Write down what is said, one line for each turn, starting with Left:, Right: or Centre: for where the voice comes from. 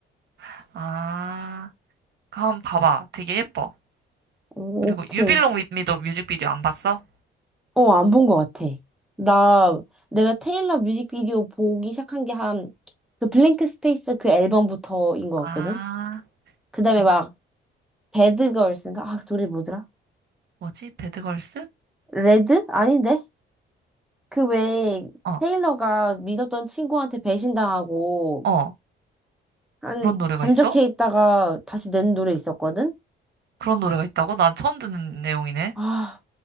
Right: <laughs> 아, 그럼 봐봐. 되게 예뻐.
Centre: 오,
Right: 그리고
Centre: 오케이.
Right: 유빌 u b 미 l o n With Me도 뮤직비디오 안 봤어?
Centre: 어, 안 본 것 같아. 나, 내가 테일러 뮤직비디오 보기 시작한 게 한, 그 블랭크 스페이스 그 앨범부터인 것
Right: 아,
Centre: 같거든? 그 다음에
Right: 아,
Centre: 막, 배드걸스인가? 아, 그 노래 뭐더라?
Right: 뭐지? 배드걸스?
Centre: 레드? 아닌데? 그 외에
Right: 어,
Centre: 테일러가 믿었던 친구한테 배신당하고
Right: 어.
Centre: 한
Right: 그런 노래가
Centre: 잠적해
Right: 있어?
Centre: 있다가 다시 낸 노래 있었거든?
Right: 그런 노래가 있다고? 난 처음 듣는 내용이네.
Centre: 아,